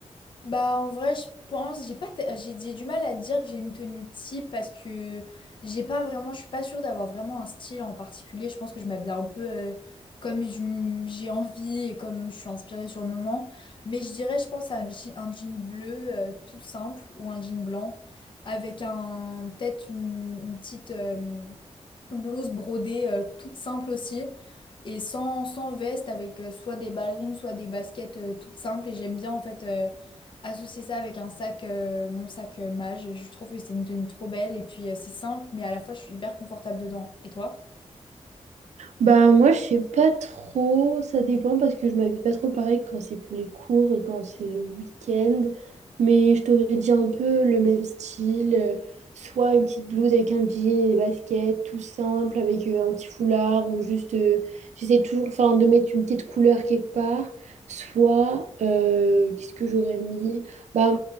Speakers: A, on the left; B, on the right.
A: Bah en vrai je pense j'ai pas t- j'ai j'ai du mal à dire que j'ai une tenue type parce que j'ai pas vraiment je suis pas sûre d'avoir vraiment un style en particulier je pense que je m'habille un peu euh, comme je m- j'ai envie et comme je suis inspirée sur le moment mais je dirais je pense à un, je- un jean bleu euh, tout simple ou un jean blanc avec un peut-être une, une petite euh, blouse brodée euh, toute simple aussi et sans, sans veste avec euh, soit des ballerines soit des baskets euh, toutes simples et j'aime bien en fait euh, associer ça avec un sac euh, mon sac euh, mage je trouve que c'est une tenue trop belle et puis euh, c'est simple mais à la fois je suis hyper confortable dedans et toi?
B: Bah moi je sais pas trop, ça dépend parce que je m'habille pas trop pareil quand c'est pour les cours et quand c'est le week-end. Mais je t'aurais dit un peu le même style, euh, soit une petite blouse avec un jean et des baskets, tout simple, avec euh, un petit foulard ou juste euh, j'essaie toujours enfin de mettre une petite couleur quelque part. Soit euh, qu'est-ce que j'aurais mis? Bah